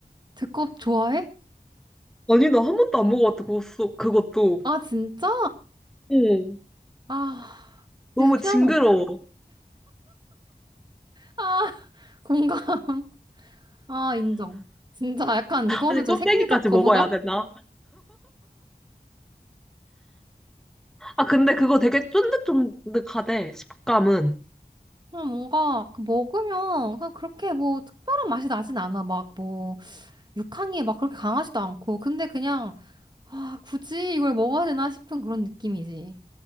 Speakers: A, on the right; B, in the centre.
A: 두껍 좋아해?
B: 아니, 나 한 번도 안 먹어봤다, 그것도. 그것도.
A: 아, 진짜?
B: 응.
A: 아,
B: 너무
A: 근데
B: 징그러워.
A: 그냥, 아, 공감. 아, 인정. 진짜 약간 이거는
B: 아니,
A: 좀
B: 껍데기까지
A: 생리적 거부감?
B: 먹어야 되나? 아, 근데 그거 되게 쫀득쫀득하대, 식감은.
A: 그냥 뭔가 그 먹으면 그냥 그렇게 뭐 특별한 맛이 나진 않아. 막 뭐 육향이 막 그렇게 강하지도 않고. 근데 그냥 아, 굳이 이걸 먹어야 되나 싶은 그런 느낌이지.